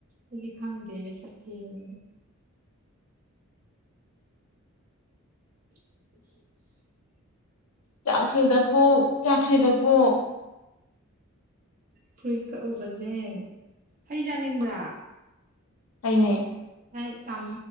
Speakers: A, on the right; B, on the left.
A: ꯑꯩꯗꯤ ꯈꯪꯗꯦꯅꯦ ꯁꯛ ꯊꯤꯕꯅꯤꯅ <inaudible>
B: ꯆꯥꯛꯈ꯭ꯔꯦꯗꯀꯣ ꯆꯥꯛꯈ꯭ꯔꯦꯗꯀꯣ
A: ꯐꯨꯔꯤꯠ ꯀꯛꯎꯕꯁꯦ ꯍꯩ ꯆꯥꯅꯤꯡꯕ꯭ꯔꯥ
B: ꯀꯩ ꯍꯩ
A: ꯍꯥꯏ ꯇꯝ